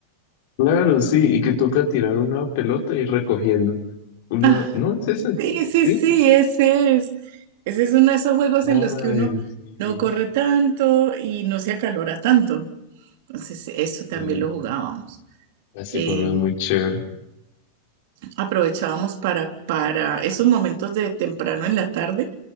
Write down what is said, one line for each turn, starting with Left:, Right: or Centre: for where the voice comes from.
Left: Claro, sí, y que toca tirar una pelota y recogiendo. Una,
Right: Ah,
Left: no, es ese,
Right: sí, sí,
Left: ¿sí?
Right: sí, ese es. Ese es uno de esos juegos en
Left: Ay,
Right: los que uno
Left: sí.
Right: no corre tanto y no se acalora tanto. Entonces, eso también
Left: Sí,
Right: lo jugábamos.
Left: ese
Right: Eh,
Left: juego muy chévere.
Right: aprovechábamos para, para esos momentos de temprano en la tarde